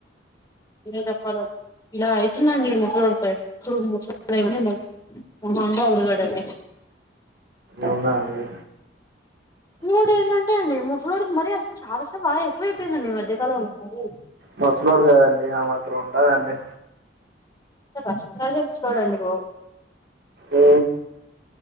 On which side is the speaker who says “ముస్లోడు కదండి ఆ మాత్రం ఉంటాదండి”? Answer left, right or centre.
Right